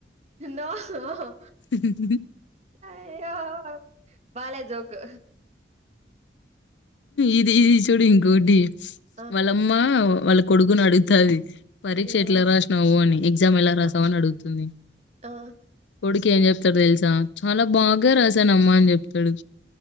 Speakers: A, on the right; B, on the left.
A: తిందో హా ఆహా
B: హుహు హు
A: అయ్యో బాలే జోక్
B: ఇది ఇది చూడు ఇంకోటి
A: ఆ
B: వాళ్ళమ్మ వాళ్ళ కొడుకుని అడుగుతాది. పరీక్ష
A: ఏమన్
B: ఎట్లా రాసినావు అని ఎగ్జామ్ ఎలా రాసావు
A: ఆ
B: అని అడుగుతుంది.
A: ఆ
B: కొడుకి ఏం చెప్తాడు తెలుసా చాలా బాగా రాసాను అమ్మా అని చెప్తాడు.